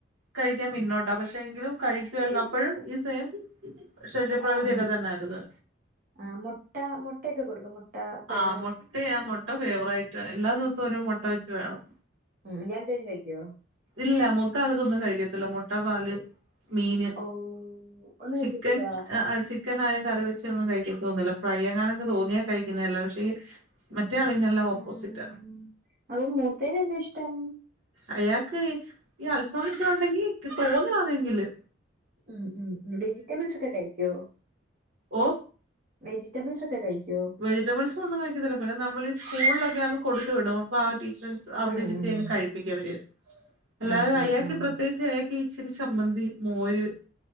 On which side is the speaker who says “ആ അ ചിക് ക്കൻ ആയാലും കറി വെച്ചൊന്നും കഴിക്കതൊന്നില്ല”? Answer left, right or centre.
Right